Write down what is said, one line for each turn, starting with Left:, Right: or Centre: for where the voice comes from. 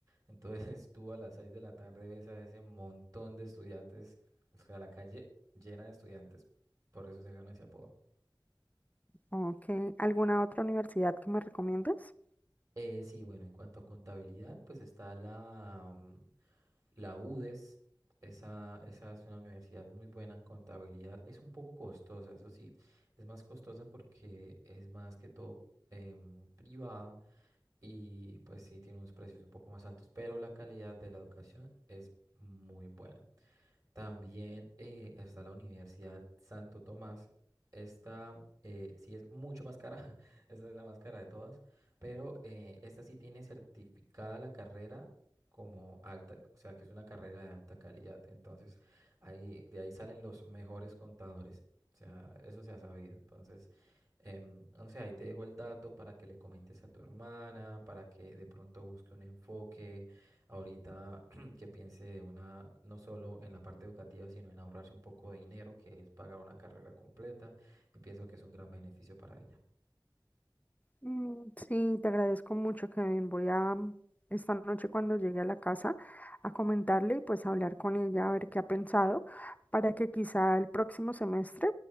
Right: Entonces, <laughs> tú a las 6 de la tarde ves a ese montón de estudiantes, o sea, la calle llena de estudiantes, por eso se ganó ese apodo.
Left: ¿O qué- alguna otra universidad que me recomiendes?
Right: Eh, sí, bueno, en cuanto a contabilidad, pues está la, mm, La UDES, esa, esa es una universidad muy buena en contabilidad. Es un poco costosa, eso sí. Es más costosa porque es más que todo em, privada y pues sí tiene unos precios un poco más altos, pero la calidad de la educación es muy buena. También eh, está la Universidad Santo Tomás. Esta eh, sí es mucho más cara, <laughs> esta es la más cara de todas, pero eh, esta sí tiene certificada la carrera como alta, o sea que es una carrera de alta calidad. Entonces, ahí, de ahí salen los mejores contadores. O sea, eso se ha sabido. Entonces, em, no sé, ahí te dejo el dato para que le comentes a tu hermana, para que de pronto busque un enfoque. Ahorita que piense una, no solo en la parte educativa, sino en ahorrarse un poco de dinero, que es pagar una carrera completa, y pienso que es un gran beneficio para ella.
Left: Mm, Sí, te agradezco mucho, Kevin. Voy a mm, esta noche cuando llegue a la casa a comentarle y pues hablar con ella a ver qué ha pensado para que quizá el próximo semestre